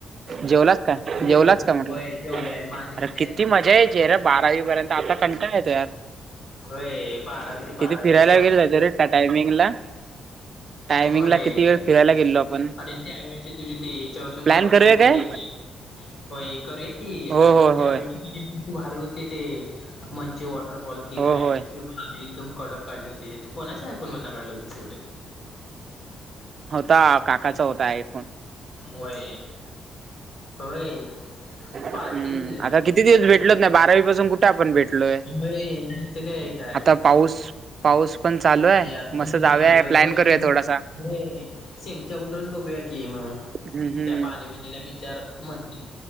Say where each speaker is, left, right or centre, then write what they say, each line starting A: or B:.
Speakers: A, on the right; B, on the left.
A: जेवलाच काय
B: जेवलो
A: जेवलाच का म्हटलं
B: होय जेवलोय माझे पण
A: अरे
B: काय
A: किती मजा यायची रे बारावी पर्यंत, आता कंटाळा येतो यार.
B: होय बारावी ते
A: किती
B: बारावीच
A: फिरायला
B: रे,
A: वगैरे जायचो रे त्या टायमिंगला टायमिंगला
B: होय-
A: किती वेळ फिरायला गेलेलो आपण
B: अरे त्यावेळचे तुझे ते याच्यावरचे
A: प्लॅन
B: भारी
A: करूया
B: फोटो
A: काय
B: होते की. होय करूया की,
A: हो
B: अरे पण
A: हो होय
B: त्यावेळची तुजी भारी होते ते मंचे वॉटरफॉल की
A: हो
B: काय
A: होय
B: भारी एकदम कडक काढले होते तू कोणा च्या आयफोन वरून काढले होते एवढे.
A: होता काकाचा होता आय
B: होय. होय पार्टी
A: हम्म
B: कधी देणार
A: आता
B: भाव
A: किती दिवस
B: हो
A: भेटलोच नाही बारावी पासून कुठे आपण भेटलोय
B: इथ काय आहे
A: आता
B: का
A: पाऊस पाऊस पण चालू आहे मस्त
B: मी इथे
A: जाऊया
B: आलोय
A: प्लॅन
B: होय
A: करूया थोडासा
B: होय सेमच्या उतरच बघ कि म
A: हम्म हम्म
B: त्या बाणीबिणीला विचार म्हणतील